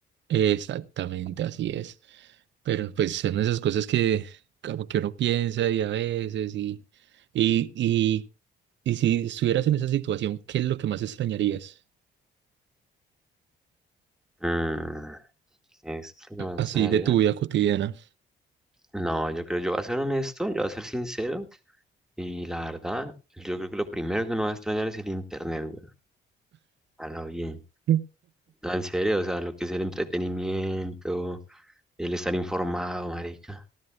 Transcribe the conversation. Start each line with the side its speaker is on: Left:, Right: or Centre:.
Right: Exactamente, así es. Pero pues son esas cosas que como que uno piensa y a veces y, y, y, y si estuvieras en esa situación, ¿qué es lo que más extrañarías?
Centre: Mm, es lo que
Right: eh,
Centre: más
Right: Así
Centre: sonaría?
Right: de tu vida cotidiana.
Centre: No, yo creo, yo voy a ser honesto, yo voy a ser sincero. Y la verdad, yo creo que lo primero que uno va a extrañar es el internet, weón. A lo bien.
Right: Mm.
Centre: No, en serio, o sea, lo que es el entretenimiento, el estar informado, marica.